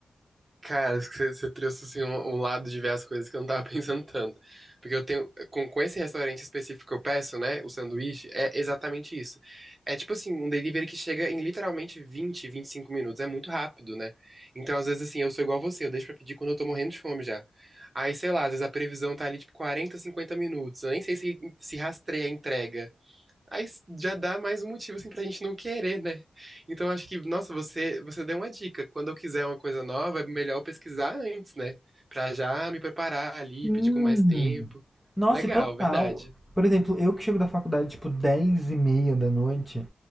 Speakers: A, on the right (about 30°); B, in the centre.
A: Cara, acho que você, você trouxe assim, um, um lado de ver as coisas que eu não tava <laughs> pensando tanto. Porque eu tenho. Com, com esse restaurante específico que eu peço, né? O sanduíche, é exatamente isso. É tipo assim, um delivery que chega em literalmente vinte, vinte e cinco minutos. É muito rápido, né? Então, às vezes, assim, eu sou igual você, eu deixo pra pedir quando eu tô morrendo de fome já. Aí, sei lá, às vezes a previsão tá ali, tipo, 40, 50 minutos. Eu nem sei se, se rastreia a entrega. Aí já dá mais um motivo assim pra gente não querer, né? Então acho que, nossa, você você deu uma dica. Quando eu quiser uma coisa nova, é melhor eu pesquisar antes, né? Pra já me preparar ali,
B: Sim.
A: pedir com mais tempo.
B: Nossa,
A: Legal,
B: e total.
A: verdade.
B: Por exemplo, eu que chego da faculdade, tipo, 10 e meia da noite,